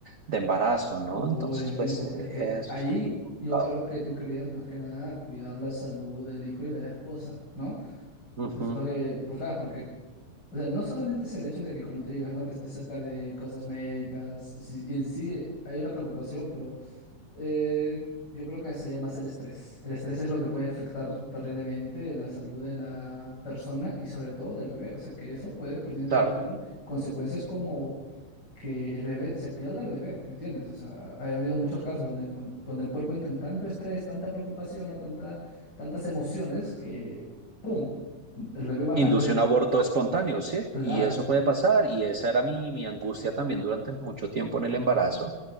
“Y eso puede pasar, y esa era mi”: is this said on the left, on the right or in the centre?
Right